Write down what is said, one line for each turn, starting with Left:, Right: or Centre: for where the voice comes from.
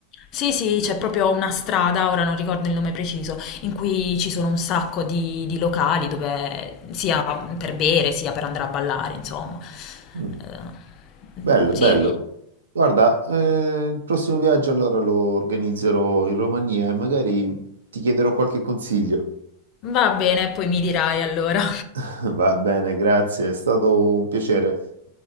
Left: Sì, sì, c'è proprio una strada, ora non ricordo il nome preciso, in cui ci sono un sacco di, di locali dove sia per bere sia per andare a ballare, insomma.
Right: Mm.
Left: Eh,
Right: Bello,
Left: sì,
Right: bello. Guarda, eh, il prossimo viaggio allora lo organizzerò in Romania e magari ti chiederò qualche consiglio.
Left: va bene, poi mi dirai allora.
Right: <laughs> Va bene, grazie, è stato un piacere.